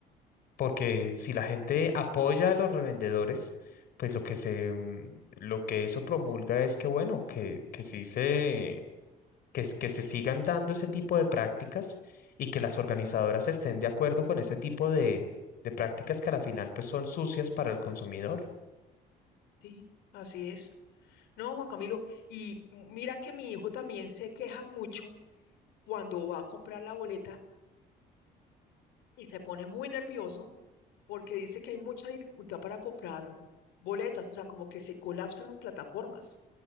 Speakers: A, on the left; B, on the left.
A: porque si la gente apoya a los revendedores, pues lo que se, mm, lo que eso promulga es que, bueno, que, que sí se, que, s- que se sigan dando ese tipo de prácticas y que las organizadoras estén de acuerdo con ese tipo de, de prácticas que a la final pues son sucias para el consumidor.
B: Sí, así es. No, Juan Camilo, y mira que mi hijo también se queja mucho cuando va a comprar la boleta y se pone muy nervioso porque dice que hay mucha dificultad para comprar boletas, o sea, como que se colapsan las plataformas.